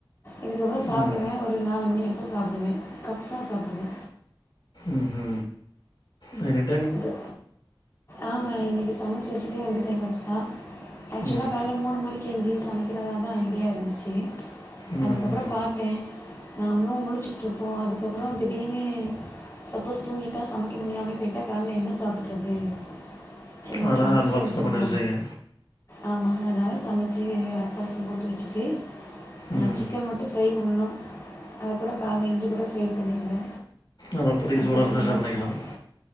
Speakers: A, on the left; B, on the left.
A: இதுக்கப்றோ சாப்டுவே
B: ம்
A: ஒரு நாலு மணி அப்போ சாப்டுவே கப்சா சாப்டுவே
B: ம் ஹூ வேற என்
A: இது ஆமா இன்னக்கி சமைச்சி வச்சிட்டே வந்துட்டே வெரஷா ஆக்சுவலா
B: ம்
A: வேல மூணு மணிக்கு எஞ்சி சமைக்கிறதா தா ஐடியா இருந்துச்சி
B: ம்
A: அதுக்கப்றோ
B: ம்
A: பாத்தே நாமளு முழுச்சிட்ருப்போ அதுக்கப்றோ திடீர்னு சப்போஸ் தூங்கிட்டா சமைக்க முடியாமயே போயிட்டா காலைல என்ன சாப்றது சேரி நம்ம
B: அதெல்லாம்
A: சமச்சே
B: அட்வான்ஸாக
A: வச்சிருவோ
B: பண்ணி வச்சிட்டீங்க
A: ஆமா அதனால சமைச்சு ஆட்பாக்ல போட்டு வச்சுட்டு அ
B: ம்
A: சிக்கன் மட்டு ஃப்ரை பண்ணணு அத கூட காலைல எஞ்சி கூட ஃப்ரை பண்ணிருவே
B: அதை அப்போதைக்கு
A: அதுக்கப்றோ
B: சூடாக ஃப்ரெஷ்ஷாக
A: நல்லா
B: பண்ணிக்கலாம்
A: சம